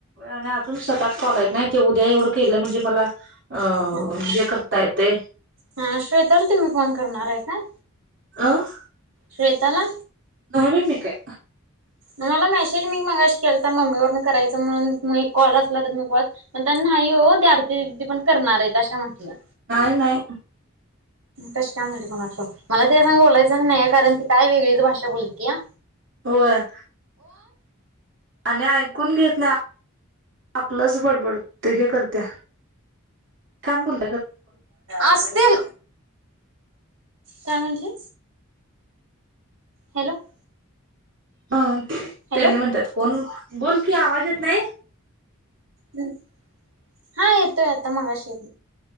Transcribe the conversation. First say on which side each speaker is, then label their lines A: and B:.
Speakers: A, on the right; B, on the right.
A: आणि अजून सात, आठ कॉल आहेत नाही, उद्या एवढं केलं म्हणजे मला अं
B: हा
A: हे
B: हा
A: करता येतंय.
B: हा श्वेताला तुम्ही फोन करणार आहे का?
A: अं
B: श्वेताला?
A: न्हाई बाई मी काय?
B: तूमाला मेसेज मी मगाशी केलता तर मम्मी वरन करायंचं म्हणून एक कॉल असला तर मी एक कॉल पण त्यां नाही हो, ते आरतीदिदी पण करणार आहेत अशा म्हटल्या.
A: काय नाही.
B: तशी काय म्हणते कोणास ठाऊक, मला तिया संग बोलायचंच नाही कारण ती काय वेगळीच भाषा बोलतिया.
A: व्हय आणि ऐकून घेत नाय आपलंच बडबड ते हे करत्या छान बोल
B: असतील काय म्हटली? हॅलो ‌.
A: हं त्येनी
B: हॅलो
A: म्हणत्यात कोण बोल की आवाज येत नाही?
B: हम् हा येतोय आता मगाशीे.